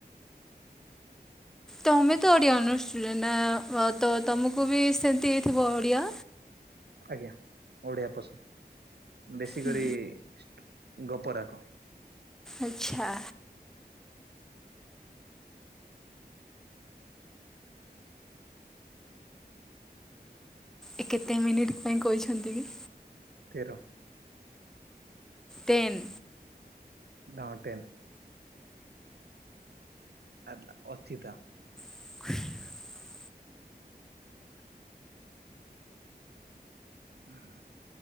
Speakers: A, in the centre; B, on the right.
A: ତମେତ ଓଡ଼ିଆ ଅନର୍ସ ରେ ନାଁ ବହୁତ ତ ତୁମକୁ ବି ସେମିତି ହେଇଥିବ ଓଡ଼ିଆ।
B: ଆଜ୍ଞା ଓଡ଼ିଆ ପସନ୍ଦ। ବେଶୀ
A: ହୁଁ
B: କରି ଷ୍ଟୁ ଉଁଗୋପ ରାକ।
A: ଆଚ୍ଛା। ଏ କେତେ ମିନିଟ ପାଇଁ କହିଛନ୍ତି କି?
B: ତେର।
A: ଟେନ୍।
B: ନଅ ଟେନ୍। ଆରିଲା ଅର୍ଚିତା।
A: <unintelligible>
B: ହଁ।